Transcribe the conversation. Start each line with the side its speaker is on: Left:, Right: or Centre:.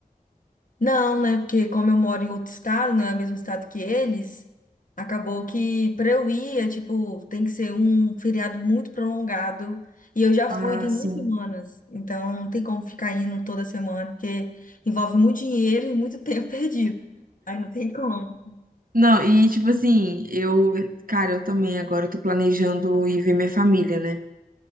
Left: Não, né? Porque como eu moro em outro estado, não é o mesmo estado que eles, acabou que para eu ir é tipo, tem que ser um feriado muito prolongado. E eu já
Right: Ah,
Left: fui tem
Right: sim.
Left: duas semanas, então não tem como ficar indo toda semana, porque envolve muito dinheiro e muito tempo <laughs> perdido. Aí não tem como.
Right: Não, e tipo assim, eu, cara, eu também agora eu tô planejando ir ver minha família, né?